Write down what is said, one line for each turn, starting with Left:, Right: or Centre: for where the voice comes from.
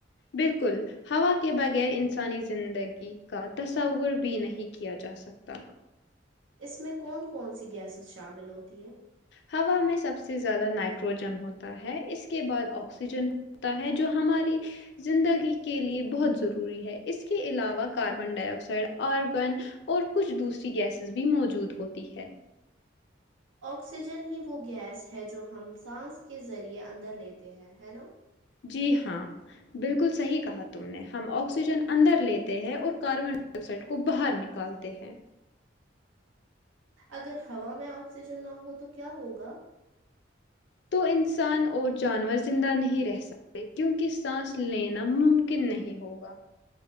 Left: بالکل ہوا کے بغیر انسانی زندگی کا تصور بھی نہیں کیا جا سکتا
Right: اس میں کون کون سی گیسز شامل ہوتی ہیں
Left: ہوا میں سب سے زیادہ نائٹروجن ہوتا ہے اس کے بعد آکسیجن ہوتا ہے جو ہماری زندگی کے لیے بہت ضروری ہے اس کے علاوہ کاربن ڈائی آکسائڈ آرگن اور کچھ دوسری گیسز بھی موجود ہوتی ہے
Right: آکسیجن ہی وہ گیس ہے جو ہم سانس کے ذریعے اندر لیتے ہیں ہے نا
Left: جی ہاں بالکل صحیح کہا تم نے ہم آکسیجن اندر لیتے ہیں اور کاربن ڈائی آکسائڈ کو باہر نکالتے ہیں
Right: اگر ہوا میں آکسیجن نہ ہو تو کیا ہوگا
Left: تو انسان اور جانور زندہ نہیں رہ سکتا کیونک سانس لینا ممکن نہیں ہوگا